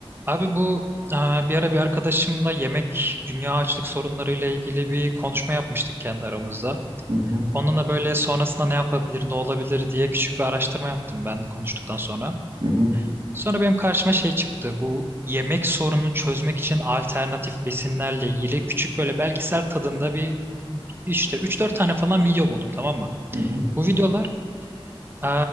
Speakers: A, on the right (about 20°); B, on the right (about 60°).
A: Abi bu eee, bir ara bir arkadaşımla yemek dünya açlık sorunlarıyla ilgili bir konuşma yapmıştık kendi aramızda.
B: Hı hı,
A: Onunla böyle sonrasında ne yapabilir, ne olabilir diye küçük bir araştırma yaptım ben konuştuktan sonra.
B: hı hı,
A: Sonra benim karşıma şey çıktı. Bu yemek sorununu çözmek için alternatif besinlerle ilgili küçük böyle belgesel tadında bir işte üç dört tane falan video buldum tamam mı?
B: hı hı,
A: Bu videolar e,